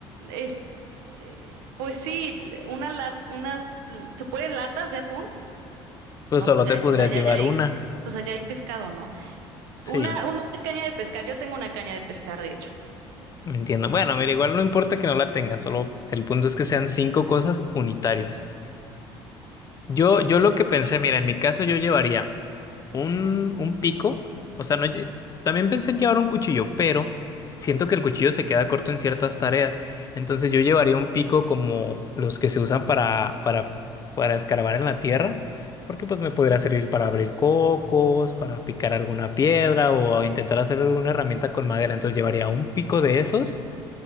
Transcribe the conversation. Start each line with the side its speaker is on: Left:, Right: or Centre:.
Right: es, eh, pues sí, l- una la- unas, l- ¿se pueden latas de atún?
Left: pues
Right: No,
Left: solo
Right: pues ya,
Left: te podrías
Right: allá
Left: llevar
Right: ya hay,
Left: una,
Right: pues allá hay pescado, ¿no?
Left: sí,
Right: Una, una caña de pescar, yo tengo una caña de pescar, de hecho.
Left: entiendo. Bueno, mira, igual no importa que no la tengas, solo el punto es que sean cinco cosas unitarias. Yo, yo lo que pensé, mira, en mi caso yo llevaría un, un pico, o sea, no, lle- también pensé en llevar un cuchillo, pero siento que el cuchillo se queda corto en ciertas tareas, entonces yo llevaría un pico como los que se usan para, para, para escarbar en la tierra, porque pues me podría servir para abrir cocos, para picar alguna piedra o intentar hacer alguna herramienta con madera, entonces llevaría un pico de esos,